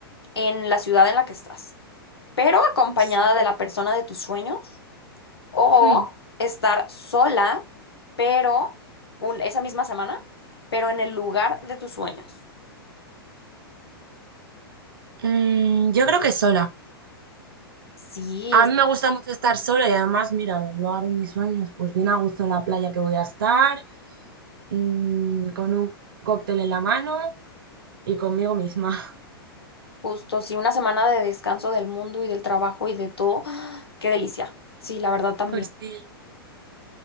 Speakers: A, on the left (about 80°); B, on the right (about 60°).
A: en la ciudad en la que estás, pero acompañada
B: Sí.
A: de la persona de tus sueños, o
B: Hmm.
A: estar sola, pero un- esa misma semana, pero en el lugar de tus sueños.
B: Mm, yo creo que sola.
A: Sí,
B: A mí me gusta mucho estar sola y además, mira, en el lugar de mis sueños, pues bien a gusto en la playa que voy a estar, mm, con un cóctel en la mano y conmigo misma. <laughs>
A: Justo, sí, una semana de descanso del mundo y del trabajo y de todo. <gasps> ¡Ah! Qué delicia. Sí, la verdad también.
B: Pues sí.